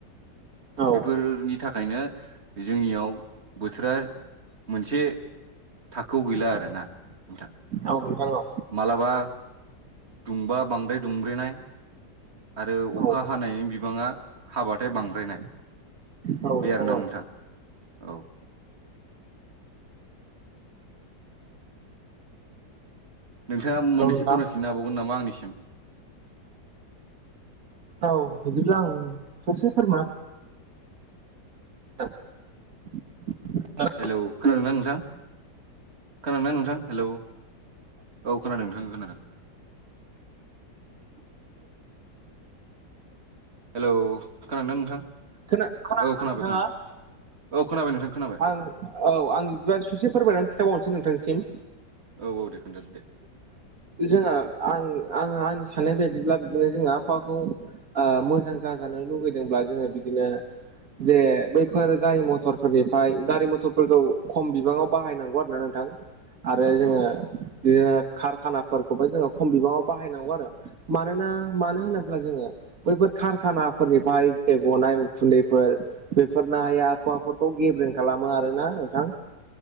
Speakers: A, on the right; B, on the right.
A: औ
B: बेफोरनि थाखायनो जोंनियाव बोथोरा मोनसे थाखोआव गैला आरोना नोंथां।
A: औ नोंथां औ
B: मालाबा दुंबा बांद्राय दुंब्रेनाय आरो अखा
A: औ
B: हानायनि बिबाङा हाबाथाय बांद्रायनाय
A: औ औ
B: बे आरोना
A: औ
B: नोंथां। औ नोंथाङा मोननैसो
A: हेलौ नोंथां
B: फोरमायथिनो हाबावगोन नामा आंनिसिम?
A: औ बिदिब्ला आं ससे फोरमाय <unintelligible>
B: हेलौ खोनादोंना नोंथां? खोनादों ना नोंथां? हेलौ औ खोनादों नोंथांखौ खोनादों हेलौ खोनादों ना नोंथां
A: खोना खोनादोंना
B: औ खोनाबाय
A: नोंथाङा
B: खोनाय औ खोनाबाय नोंथां खोनाबाय।
A: आं औ आं बिदिबा ससे फोरमायनानै खिन्थाबावनोसै नोंथांसिम।
B: औ औ दे खोन्थादो दे।
A: जोंहा आं आङो आंनि साननाय बायदिब्ला बिदिनो जों आबहावाखौ ओ मोजां जाजानो लुगैदोंब्ला जोङो बिदिनो जे बैफोर गारि मथरफोरनिफ्राय गारि मथरफोरखौ खम बिबाङाव बाहायनांगौ आरो ना नोंथां आरो
B: औ
A: जोङो
B: नोंथां औ
A: बिदिनो कारखानाफोरखौबो जोङो खम बिबाङाव बाहायनांगौ आरो मानोना मानो
B: औ
A: होनोब्ला जोङो बैफोर खारखानाफोरनिफ्राय जे गनाय उखुन्दैफोर बेफोरनो आबहावाफोरखौ गेब्रें खालामो आरोना नोंथां।